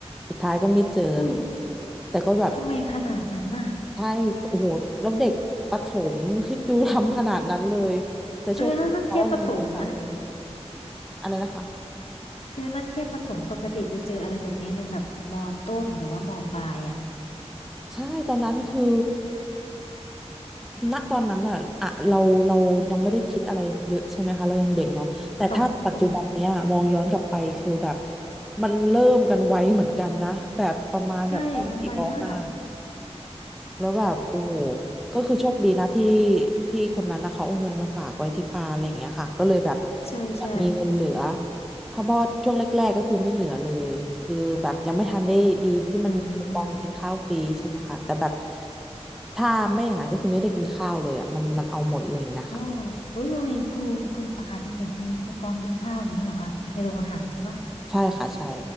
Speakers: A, in the centre; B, on the left (about 65°).
A: สุดท้ายก็ไม่เจออะไรอย่างเลยค่ะแต่ก็แบบ
B: อุ้ยทำไมขนาดนั้นน่ะ
A: ใช่โอ้โหแล้วเด็กประถมคิดดู <laughs> ทำขนาดนั้นเลยแต่โชคดีที่เขาเอาเงินมาฝากไว้
B: เออนั่นนั่นแค่ประถมนะ
A: อะไรนะคะ
B: คือนั่นแค่ประถมปกติจะเจออะไรแบบเนี้ยในแบบมอต้นหรือว่ามอปลายอ่ะ
A: ใช่ตอนนั้นคือณตอนนั้นอ่ะอะเราเรายังไม่ได้คิดอะไรเยอะใช่ไหมคะเรายังเด็กเนาะแต่ถ้าปัจจุบันเนี้ยมองย้อนกลับไปคือแบบ
B: ค่ะอืม
A: มันเริ่มกันไวเหมือนกันนะแบบประมาณแบบปสี่ปห้า
B: ใช่มันไวมาก
A: แล้วแบบโอ้โหก็คือโชคดีนะที่ที่คนนั้นนะเขาเอาเงินมาฝากไว้ที่ปาอะไรอย่างเงี้ยค่ะก็เลยแบบ
B: ใช่ใช่
A: ยังมีเงินเหลือถ้าบอดช่วงแรกๆก็คือไม่เหลือเลยคือแบบยังไม่ทันได้ดีที่มันมีคูปองกินข้าวฟรีใช่ไหมคะแต่แบบ
B: อืม
A: ถ้าไม่อย่างนั้นก็คือไม่ได้กินข้าวเลยอ่ะมันมันเอาหมดอะไรอย่างเงี้ยค่ะ
B: โอ้โอ้ยโรงเรียนคุณคุณปาเป็นแบบมีคูปองกินข้าวอย่างนี้เหรอคะในโรงอาหารใช่ปะ
A: ใช่ค่ะใช่